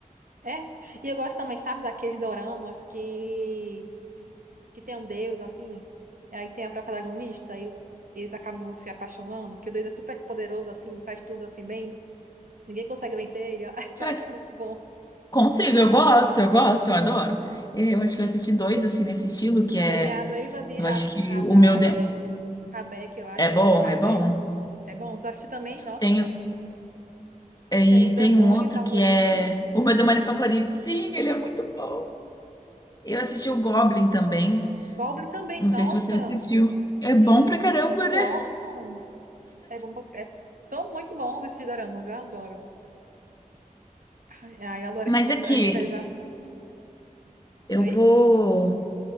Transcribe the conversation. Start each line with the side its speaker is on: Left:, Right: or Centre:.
Right: É. E eu gosto também, sabe, daqueles doramas que, que tem um deus, assim, e aí tem a protagonista, e o- eles acabam se apaixonando, porque o deus é super poderoso, assim, faz tudo assim bem, ninguém consegue vencer ele, ó. <laughs>
Left: Será
Right: eu acho
Left: que
Right: muito bom.
Left: consigo? Eu gosto, eu gosto, eu adoro. É, Eu acho que eu assisti dois, assim, nesse estilo, que é.
Right: Tem a noiva de
Left: Eu
Right: Ra-
Left: acho que
Right: Radak,
Left: o meu.
Right: Rabeck, eu acho,
Left: É bom,
Right: noiva de Rabeck.
Left: é bom.
Right: É bom, tu assistiu também? Nossa.
Left: Tem, é, e
Right: Tem o demônio
Left: tem um outro
Right: favorito,
Left: que é o meu demônio favorito. Sim, ele é muito bom. Eu assisti o Goblin também.
Right: Goblin também,
Left: Não
Right: nossa.
Left: sei se você assistiu. É
Right: Sim,
Left: bom pra caramba,
Right: muito bom.
Left: né?
Right: É bom pra- é- são muito bons esses doramas, eu adoro. Ai, ai, eu adoro
Left: Mas
Right: esses filmes,
Left: aqui,
Right: essas séries assim.
Left: eu
Right: Oi?
Left: vou,